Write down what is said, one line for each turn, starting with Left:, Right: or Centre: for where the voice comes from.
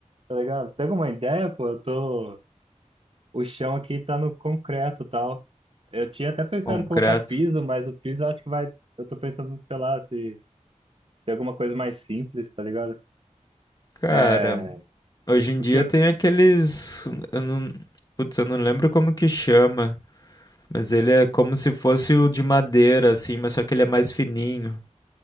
Right: tá ligado? Você Tem alguma ideia, pô? Eu tô. O chão aqui tá no concreto e tal. Eu tinha até pensado
Left: Concreto.
Right: em colocar piso, mas o piso eu acho que vai. Eu tô pensando, sei lá, se tem alguma coisa mais simples, tá ligado?
Left: Cara,
Right: É.
Left: hoje em
Right: Porque.
Left: dia
Right: eu-
Left: tem aqueles. Eu não... Putz, eu não lembro como que chama. Mas ele é como se fosse o de madeira, assim, mas só que ele é mais fininho.